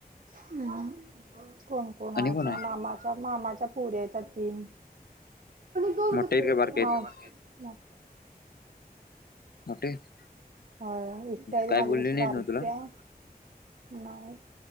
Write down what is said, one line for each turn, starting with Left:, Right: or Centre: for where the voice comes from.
Right: हम् कोण कोण आहेच्या
Left: आणि आहे
Right: मामाच्या मामाच्या. पुर्या येत तीन दोन
Left: मोठे
Right: कसले
Left: आहेत का
Right: व
Left: बारके आहेत
Right: <unintelligible>
Left: मोठे आहेत.
Right: हो एकटी आहे ते
Left: काय
Right: माझ्यापेक्षा
Left: बोलले नाहीत
Right: बारीकी
Left: ना तुला
Right: आहे. नाही